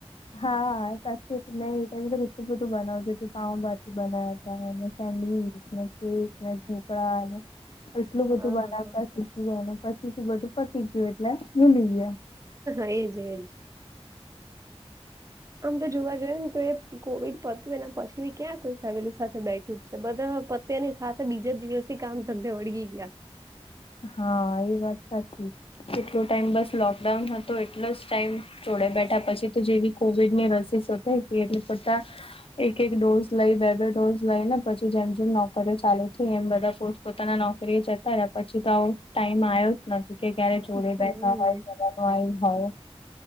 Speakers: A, on the left; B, on the right.
A: હા સાચી મેં એ ટાઇમે કેટલું બધું બનાવતી પાઉભાજી બનાવ્યાતા અને સેન્ડવીચ કેક ઢોકળાને એટલું
B: હા
A: બધું બનાવતા શીખી ને પછી થી બધું પતી ગયું એટલે ભૂલી ગયા.
B: એજ એજ. આમ તો જોવા જોઈએ ને તો એ કોવિડ પત્યુંને પછી બી ક્યાં કોઈ ફેમિલી સાથે બેઠું જ છે બધા પત્યની સાથે બીજા દિવ સે કામ ધંધે વળગી ગ્યા.
A: હા એ વાત સાચી જેટલો ટાઈમ બસ લોકડાઉન હતો એટલો જ ટાઈમ જોડે બેઠા પછી તો જેવી કોવિડ ની રસી શોધાઈ ગઈ એટલે બધા એક એક ડોઝ લઈ બે બે ડોઝ લઈ ને પછી જેમ જેમ નોકરીઓ ચાલી છે એમ બધા પોત પોતાના નો કરી એ જતા રા પછી તો આવો ટાઈમ આયો જ નથી કે ક્યારે જોડે
B: હમ
A: બેઠા હોય જવાનું આયું હોય.